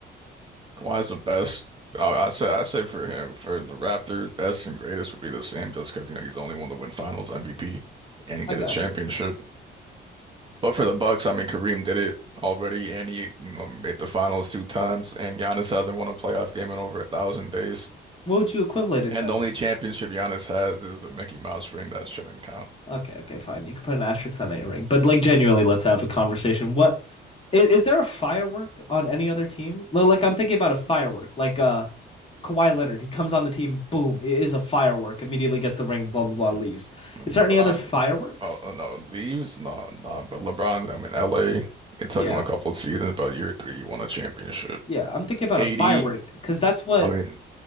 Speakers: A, on the right; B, on the left.
A: Kawhi's the best. I, I say, I say for him, for the Raptors, best and greatest would be the same, just because you know he's the only one to win Finals MVP and
B: I
A: get
B: got
A: a championship.
B: you.
A: But for the Bucks, I mean, Kareem did it already, and he you know made the Finals two times, and Giannis hasn't won a playoff game in over a thousand days.
B: What would you equivalent it
A: And
B: then?
A: the only championship Giannis has is a Mickey Mouse ring that shouldn't count.
B: Okay, okay, fine. You can put an asterisk on a ring, but like, genuinely, let's have a conversation. What is, is there a firework on any other team? Well, Like, I'm thinking about a firework, like uh Kawhi Leonard. He comes on the team, boom, it is a firework. Immediately gets the ring, blah blah blah, leaves.
A: And
B: Is
A: LeBron,
B: there any other fireworks?
A: oh oh, no, leaves, nah, nah. But LeBron, I'm in LA. It took
B: Yeah.
A: him a couple of seasons, but year three, he won a championship.
B: Yeah, I'm thinking about
A: KD,
B: a firework because that's what
A: I mean,